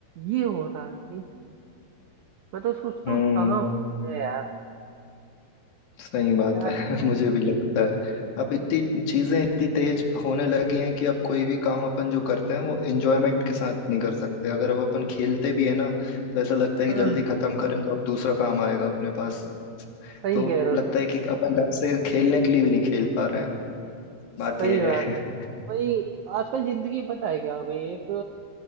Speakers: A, on the right; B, on the left.
A: ये हो रहा है ये- मैं तो सोचता
B: हम्म,
A: हूँ कहाँ फंस गए यार
B: सही बात
A: क्या
B: है
A: जिंदगी
B: <laughs> मुझे
A: हो
B: भी
A: गई
B: लगता
A: है
B: है अब इतनी चीजें इतनी तेज होने लगी हैं कि अब कोई भी काम अपन जो करते हैं वो एंजॉयमेंट के साथ नहीं कर सकते अगर अब अपन खेलते भी है ना तो ऐसा लगता है
A: हाँ
B: कि जल्दी खत्म करें तो अब दूसरा काम आएगा अपने पास
A: सही
B: तो
A: कह रहे
B: लगता
A: हो सही
B: है
A: कह
B: कि
A: रहे हो
B: अपन ढंग से खेलने के लिए भी नहीं खेल पा रहे हैं बात
A: सही
B: ये
A: बात
B: है
A: है भाई आजकल जिंदगी पता है क्या हो गई एक